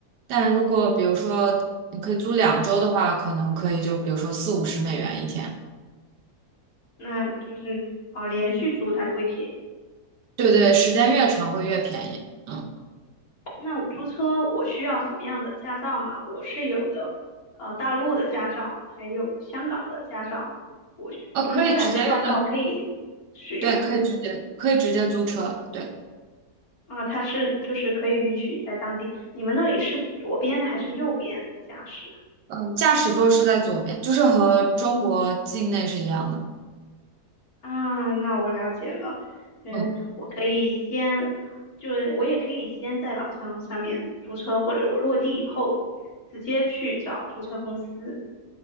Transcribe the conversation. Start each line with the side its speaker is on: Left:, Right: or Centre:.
Right: 但如果比如说你可以租两周的话，可能可以就比如说四五十美元一天。
Left: 那就是呃连续租它就会便宜。
Right: 对对，时间越长会越便宜。嗯，
Left: 那我租车我需要什么样的驾照嘛？我是有的，呃，大陆的驾照，还有香港的驾照，我需就是这两个驾照可以使用嘛？
Right: 呃，可以直接用那对，可以直接可以直接租车，对，
Left: 啊、它是就是可以允许在当地。你们那里是左边的还是右边驾驶
Right: 嗯，驾驶座是在左边，就是和中国境内是一样的，
Left: 啊？啊那我了解了，嗯，
Right: 嗯，
Left: 我可以先。就是我也可以先在网上上面租车，或者我落地以后直接去找租车公司。